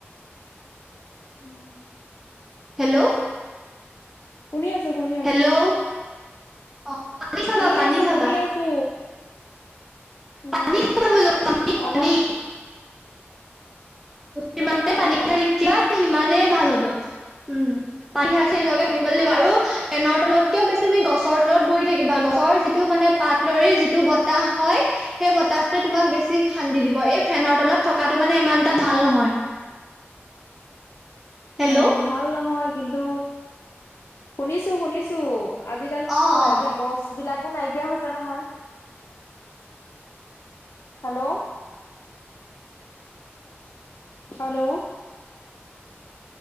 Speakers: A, on the left; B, in the centre.
A: <inaudible>
B: হেল্ল'।
A: শুনি আছো, শুনি আছো।
B: হেল্ল' অ পানী খাবা
A: শুনি
B: পানী
A: আছো
B: খাবা
A: শুনি আছো। উম
B: পানী খাবা বোলো
A: তামাম
B: পানী যিমানে-
A: খাম
B: পানী
A: অ
B: খাই-সিমান এনে ভাল হ'ব। উম পাই খাই খাই নিজকে
A: অ
B: <unintelligible>
A: অ
B: আৰু ফেনৰ তলতকেওঁ বেছি তুমি গছৰ তলত বহি থাকিবা গছৰ যিটো মানে পাত লৰি যিটো বতাহ হয়। সেই বতাহটোৱে তোমাক বেছি শান্তি দিব
A: অ
B: এই ফেনৰ তলত থকাটো মানে ইমান এটা ভাল নহয়। হেল্ল'
A: অ' ভাল নহয় কিন্তু, শুনিছোঁ শুনিছ <unintelligible> আজিকালি
B: অ
A: হয়
B: অ
A: এতিয়া গছবিলাকো নাই কিয় হৈছে নহয়, হেল্ল'। হেল্ল'।